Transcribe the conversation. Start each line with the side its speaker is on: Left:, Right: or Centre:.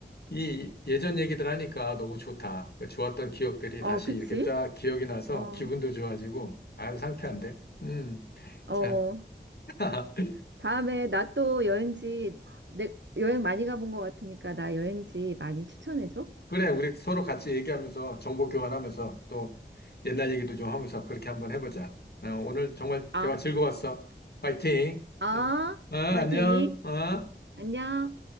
Left: 이 예전 얘기들 하니까 너무 좋다. 그 좋았던 기억들이
Right: 어,
Left: 다시
Right: 그치?
Left: 이렇게 쫙 기억이 나서
Right: 어,
Left: 기분도 좋아지고, 아유, 상쾌한데? 음,
Right: 어.
Left: 자. <laughs>
Right: 다 다음에 나 또 여행지, 내, 여행 많이 가본 것 같으니까 나 여행지 많이 추천해줘.
Left: 그래, 우리 서로 같이 얘기하면서 정보 교환하면서 또 옛날 얘기도 좀 하면서 그렇게 한번 해보자. 어, 오늘 정말
Right: 아,
Left: 대화 즐거웠어. 파이팅!
Right: 아,
Left: 어, 어, 안녕!
Right: 화이팅.
Left: 어?
Right: 안녕.